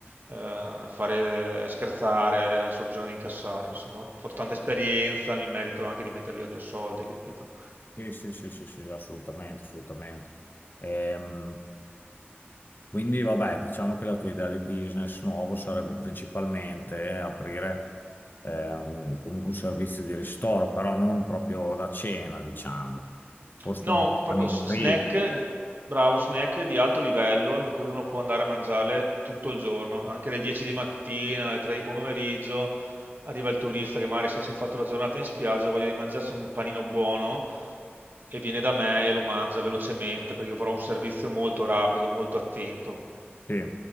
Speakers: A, on the right; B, on the left.
A: eh, fare scherzare, adesso ho bisogno di incassare, insomma, ho fatto tanta esperienza, mi merito anche di mettere via due soldi, capito?
B: Sì, sì, sì, sì, sì, assolutamente, assolutamente. Ehm, quindi, vabbè, diciamo che la tua idea di business nuovo sarebbe principalmente aprire eh, un- comunque un servizio di ristoro, però non proprio da cena, diciamo, forse
A: No,
B: una
A: proprio
B: panineria.
A: s- snack, bravo, snack di alto livello in cui uno può andare a mangiarle tutto il giorno, anche alle 10 di mattina, alle 3 di pomeriggio, arriva il turista che magari se si è fatto la giornata in spiaggia ha voglia di mangiarsi un panino buono e viene da me e lo mangia velocemente perché io avrò un servizio molto rapido, molto attento.
B: Sì,